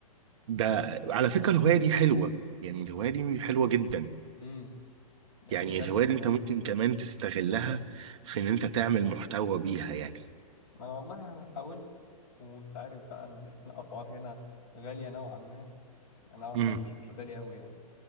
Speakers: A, on the right (about 50°); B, on the left (about 45°).
A: ده على فكرة الهواية دي حلوة يعني الهواية دي حلوة جدا
B: امم يعني
A: يعني
B: بجد
A: الهواية
B: والله
A: دي انت ممكن كمان تستغلها في ان انت تعمل محتوى بيها يعني
B: ما انا والله يعني حاولت وانت عارف بقى ان <laughs> الاسعار هنا غالية نوعا ما يعني نوعا
A: امم
B: ما مش مش غالية قوي يعني